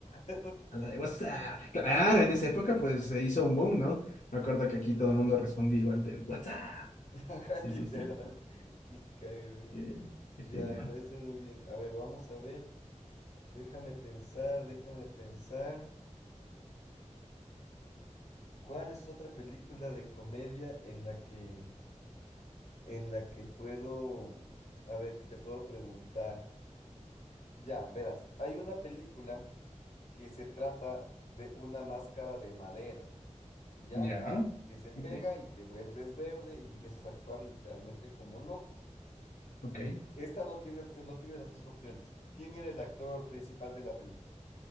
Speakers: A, on the left (about 60°); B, on the left (about 85°).
A: <laughs>
B: A la de What's up? Claro, en esa época pues se hizo un boom, ¿no? Me acuerdo que aquí todo el mundo respondía igual del What's up?
A: <laughs> Ajá,
B: Sí,
A: literal.
B: sí, sí.
A: Y cae, güey.
B: Qué, qué
A: Ya,
B: genial.
A: me parece muy bien. A ver, vamos a ver. Déjame pensar, déjame pensar. ¿Cuál es otra película de comedia en la que, en la que puedo, a ver, que te puedo preguntar? Ya, verás, hay una película que se trata de una máscara de madera, ¿ya?
B: Ya,
A: Que se pega
B: ok,
A: y te vuelves verde y empiezas a actuar literalmente como loco.
B: ok.
A: Esta no tiene opción, no tiene las tres opciones. ¿Quién era el actor principal de la película?